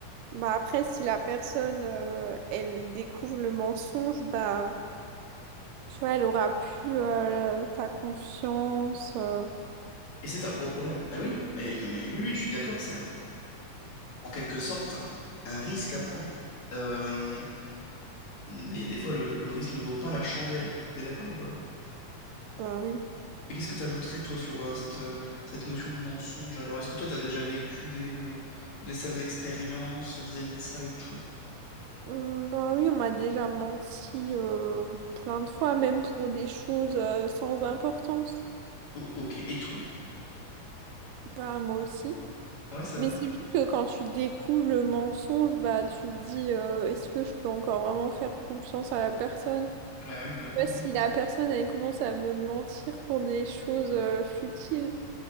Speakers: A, on the right; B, on the left.
A: Bah après, si la personne, euh, elle découvre le mensonge, bah tu vois, elle aura plus euh, ta confiance. euh,
B: Et c'est un gros problème. Bah oui, mais non, mais oui, oui, je suis d'accord, c'est un- en quelque sorte un, un risque à prendre. Euh, mais des fois, le, le risque ne vaut pas la chandelle. T'es d'accord ou pas?
A: bah oui.
B: Mais qu'est-ce que tu ajouterais, toi, sur euh, cette, euh, cette notion de mensonge? Alors, est-ce que toi, tu as déjà vécu des, euh, des sales expériences vis-à-vis de ça et tout?
A: Hum, Bah oui, on m'a déjà menti euh, plein de fois, même pour des choses euh, sans importance.
B: Oh, ok. Et toi?
A: Bah moi aussi.
B: Ouais, c'est
A: Mais
B: vrai.
A: c'est juste que quand tu découvres le mensonge, bah tu te dis euh, est-ce que je peux encore vraiment faire confiance à la personne?
B: Ouais, ouais, bah oui,
A: Tu
B: oui,
A: Si
B: oui.
A: la personne elle commence à me mentir pour des choses euh, futiles,